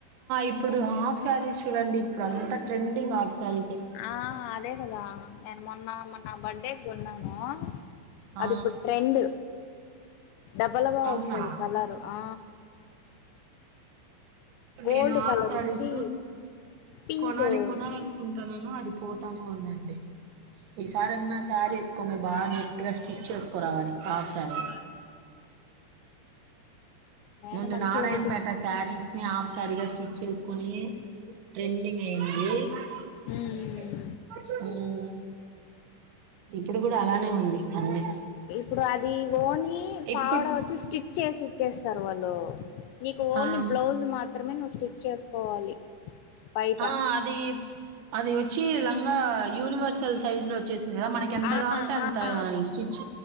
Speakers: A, on the right; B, on the left.
A: ఇప్పుడు హాఫ్ శారీస్ చూడండి ఇప్పుడు అంతా ట్రెండింగ్ హాఫ్ శారీసే
B: ఆ అదే కదా మొన్న మన్న బడ్డే కి కొన్న <unintelligible>
A: ఆ
B: అది ఇప్పుడు ట్రెండ్ డబ్బలుగా
A: అవునా
B: వస్తంది కలర్ ఆ గోల్డ్
A: నేను ఆఫ్
B: కలర్
A: సారీస్
B: వచ్చి పింక్
A: కొనాలి
B: ఉమ్
A: కొనాలి అనుకుంటున్నాను అది పోతానే ఉందండి ఈసారి అన్న సారి ఎత్తుకొని బాగా నీట్ గా స్టిచ్ చేస్ కోరావాలి ఆ సరే
B: నేను
A: ముందు
B: మంచిగా
A: నారాయణపేట
B: కుట్టించు
A: శారీస్ ని హాఫ్ సారీగా స్టిచ్ చేసుకుని ట్రెండింగ్ అయింది
B: ఉమ్
A: <unintelligible> ఇప్పుడు కూడా అలానే ఉంది అన్నిీ
B: ఇప్పుడు అది ఓని పావడ
A: ఇప్పుడు
B: వచ్చి స్టిచ్ చేసి చేస్తారు వాళ్ళు నీకు ఓన్లీ
A: ఆ
B: బ్లౌజ్ మాత్ర మాత్రమే నువ్వు స్టిచ్ చేసుకోవాలి బయట
A: ఆ అది అది వచ్చి ఇంగా యూనివర్సల్ సైజు లో వచ్చేసింది కదా మనకి ఎంత
B: ఆ
A: కావాలంటే అంత
B: ఆ
A: స్టిచ్